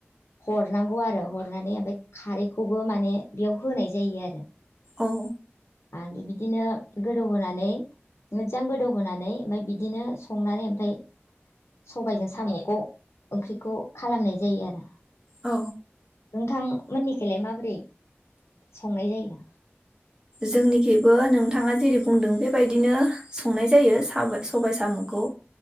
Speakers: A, on the left; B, on the right.
A: हरनांगौ आरो हरनानै ओमफाय खारैखौबो माने बेयाव होनाय जायो आरो।
B: औ।
A: आरो बिदिनो गोदौहोनानै मोजां गोदौहोनानै ओमफाय बिदिनो संनानै ओमफाय सबायजों साम'खौ ओंख्रिखौ खालामनाय जायो आरो।
B: औ।
A: नोंथांमोननिखौलाय माबोरै संनाय जायो
B: जोंनिखैबो नोंथाङा जेरै बुंदों बेबायदिनो संनाय जायो साब-सबाइ साम'खौ।